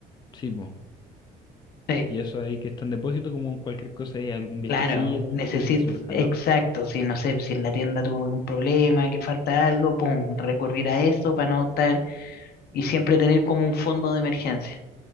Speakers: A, on the left; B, on the left.
A: sí, po.
B: Sí,
A: Y eso ahí que está en depósito, como en cualquier cosa, hay algún viejecito,
B: claro, necesito,
A: algo que se surja,
B: exacto,
A: ¿no?
B: si no sé, si en la tienda tuvo algún problema, que falta algo, pum, recurrir a esto para no estar y siempre tener como un fondo de emergencia,